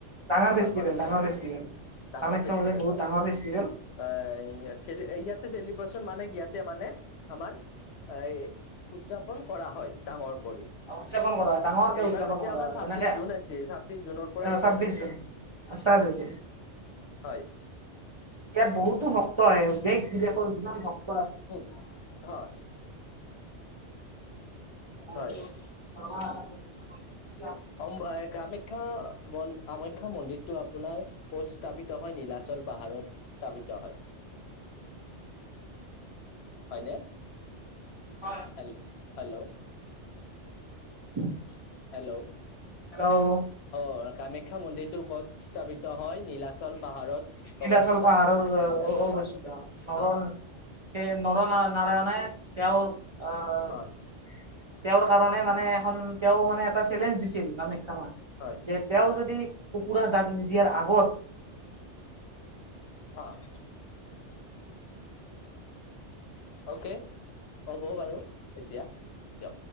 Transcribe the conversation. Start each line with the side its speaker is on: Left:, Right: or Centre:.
Right: ডাঙৰ
Left: আমাৰ
Right: ফেষ্টিভেল
Left: কামাখ্যা
Right: ডাঙৰ
Left: মন্দিৰত
Right: ফেষ্টিভেল
Left: ডাঙৰ
Right: কামাখ্যা
Left: ফেষ্টিভেল
Right: মাজত বহুত
Left: হয়।
Right: ডাঙৰ ফেষ্টিভেল।
Left: আহ ইয়াতে চেলিব্ৰেশচন মানে ইয়াতে মানে আমাৰ- আয় উদযাপন কৰা হয় ডাঙৰ কৰি।
Right: উদযাপন কৰা হয় ডাঙৰকে
Left: এইবাৰ
Right: উদযাপন
Left: হৈছে
Right: কৰা
Left: আমাৰ
Right: হয়
Left: ছাব্বিশ
Right: যেনেকে
Left: জুন আছে ছাব্বিশ জুনৰ পৰা ষ্টাৰ্ট
Right: ছাব্বিশ
Left: হৈছে।
Right: জুন ষ্টাৰ্ট হৈছে।
Left: হয়।
Right: ইয়াত বহুতো ভক্ত আহে দেশ বিদেশৰ যিমান ভক-
Left: উম হয়।
Right: <unintelligible>
Left: হয়। অম কামাখ্যা মন- কামাখ্যা মন্দিৰটো আপোনাৰ ক'ত স্থাপিত হয়? নীলাচল পাহাৰত স্থাপিত হয়। হয়নে?
Right: হয়।
Left: Hello hello.
Right: <unintelligible>
Left: হেল্লৌ'।
Right: হেল্লৌ'।
Left: অ' কামাখ্যা মন্দিৰটো কত স্থাপিত হয়? নীলাচল পাহাৰত।
Right: নীলাচল
Left: অৱস্থিত
Right: পাহাৰৰ
Left: নীলাচল
Right: <unintelligible>
Left: পাহাৰত
Right: তে
Left: অ
Right: নৰ নাৰা নাৰায়ণে তেওঁৰ অ-
Left: হয়
Right: তেওঁৰ কাৰণে মানে এখন তেওঁ মানে এটা চেলেঞ্জ দিছিল। কামাখ্যা মায়
Left: হয়
Right: যে তেওঁ যদি কুকুৰা দাগ নিদিয়াৰ আগত-
Left: অঁ' অওকে হ'ব বাৰু এতিয়া। দিয়ক